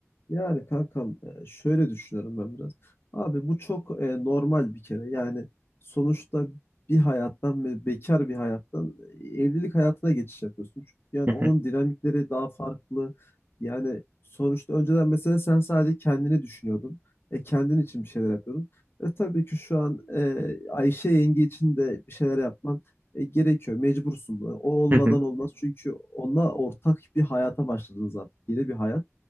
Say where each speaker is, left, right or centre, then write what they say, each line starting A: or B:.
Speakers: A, on the left; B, on the right.
A: Yani kankam e, şöyle düşünüyorum ben biraz. Abi bu çok e, normal bir kere. Yani sonuçta bir hayattan ve bekar bir hayattan e, evlilik hayatına geçiş yapıyorsun. Çünkü yani
B: Hı
A: onun
B: hı,
A: dinamikleri daha farklı. Yani sonuçta önceden mesela sen sadece kendini düşünüyordun. E, kendin için bir şeyler yapıyordun. E, tabii ki şu an e, Ayşe yenge için de bir şeyler yapman e, gerekiyor. Mecbursun. E, O olmadan
B: hı hı,
A: olmaz. Çünkü onunla ortak bir hayata başladınız artık. Yeni bir hayat.